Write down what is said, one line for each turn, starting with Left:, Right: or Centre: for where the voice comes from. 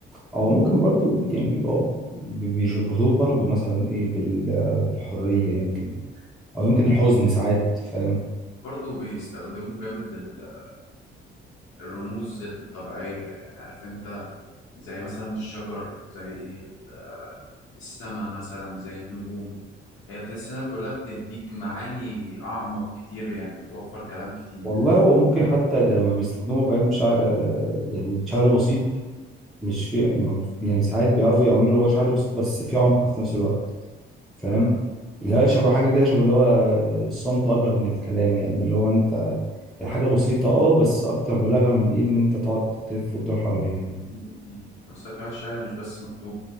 Centre: او ممكن برضو يعني أو بي- بيربطوه برضو مثلا ايه بال- بالحريه يمكن او يمكن الحزن ساعات فاهم
Left: برضه بيستخدموا جامد ال- الرموز الطبيعية يعني عارف أنت زي مثلا الشجر زي ال- السما مثلا زي النجوم هي تحس إنها كلها بتديك معاني أعمق كتير يعني بتوفر كلام كتير
Centre: والله هو ممكن حتى لما بيستخدموا فاهم شعر آه، يعني شعر بسيط مش في ما- يعني ساعات بيعرفوا يعملوا اللي هو شعر بسيط بس في عمق في نفس الوقت فاهم
Left: مم.
Centre: لا شبه حاجه كده شبه اللي هو الصمت ابلغ من الكلام يعني اللي هو انت الحاجه بسيطه اه بس اكتر بلاغه من ايه ان انت تقعد تلف وتدور حواليها يعني
Left: أكيد. أكيد. أصلا كمان الشعر مش بس مكتوب